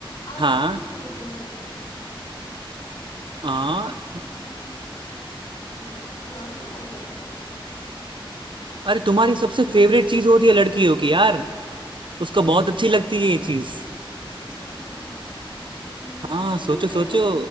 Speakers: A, on the left (about 75°); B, on the right (about 60°).
A: आउटफिट्स
B: हाँ
A: होते हैं
B: हाँ
A: और अम, वैसे और क्या हो सकता है
B: अरे तुम्हारी सबसे फेवरेट चीज होती है लड़कियों की यार उसको बहुत अच्छी लगती है ये चीज
A: अच्छा ऐसा है अम,
B: हाँ
A: पहले
B: सोचो सोचो
A: हरी